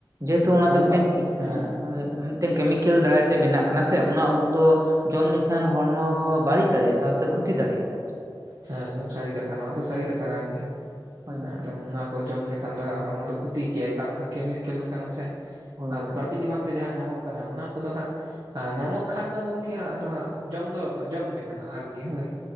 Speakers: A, on the right (about 40°); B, on the right (about 65°).
A: ᱡᱮᱦᱮᱛᱩ ᱚᱱᱟ
B: ᱟᱫᱚ
A: ᱫᱚ ᱢᱤᱫᱴᱟᱝ
B: ᱦᱟᱸᱜ ᱦᱮᱸ
A: ᱦᱳᱭᱼᱼ ᱢᱤᱫᱴᱮᱱ ᱠᱮᱢᱤᱠᱮᱞ ᱫᱟᱨᱟᱭ ᱛᱮ ᱵᱮᱱᱟᱜ ᱠᱟᱱᱟ ᱥᱮ ᱚᱱᱟ ᱩᱵ ᱫᱚᱼᱼ ᱡᱚᱢ ᱞᱮᱠᱷᱟᱱ ᱦᱚᱲᱢᱚ ᱦᱚᱸ ᱵᱟᱹᱲᱤᱡ ᱫᱟᱲᱮᱭᱟᱜᱼᱟ ᱥᱟᱶᱛᱮ ᱠᱷᱩᱚᱛᱤ ᱫᱟᱲᱮᱭᱟᱜᱼᱟ ᱟᱨ᱾
B: ᱦᱮᱸ ᱮᱠᱫᱚᱢ ᱥᱟᱹᱨᱤ ᱠᱟᱛᱷᱟ ᱱᱚᱣᱟ ᱫᱚ ᱥᱟᱹᱨᱤ ᱠᱟᱛᱷᱟ ᱠᱟᱱ ᱜᱮᱭᱟ
A: ᱦᱳᱭ ᱜᱚᱝᱠᱮ
B: ᱮᱠᱫᱚᱢ ᱚᱱᱟᱼᱼ ᱠᱚ ᱡᱚᱢ ᱞᱮᱠᱷᱟᱱ ᱫᱚ ᱦᱟᱸᱜ ᱦᱚᱲᱢᱚ ᱫᱚ ᱠᱷᱚᱛᱤ ᱜᱮᱭᱟ ᱠᱟᱨᱚᱱ ᱦ ᱠᱮᱢᱤᱠᱮᱞ ᱠᱟᱱᱟ ᱥᱮᱼᱼ
A: ᱦᱳᱭ ᱜᱚᱝᱠᱮ
B: ᱟᱫᱚ ᱯᱨᱟᱠᱨᱤᱛᱤᱠ ᱵᱷᱟᱵᱛᱮ ᱡᱟᱦᱟᱸ ᱧᱟᱢᱚᱜ ᱠᱟᱱᱟ ᱚᱱᱟ ᱠᱚᱫᱚ ᱦᱟᱸᱜ ᱟᱨ ᱧᱟᱢᱚᱜ ᱠᱷᱟᱱ ᱫᱚ ᱜᱚᱢᱠᱮ ᱟᱫᱚ ᱦᱟᱸᱜ ᱡᱚᱢ ᱫᱚ ᱡᱚᱢ ᱵᱮ ᱦᱟᱸᱜ ᱟᱨᱠᱤ ᱦᱳᱭ᱾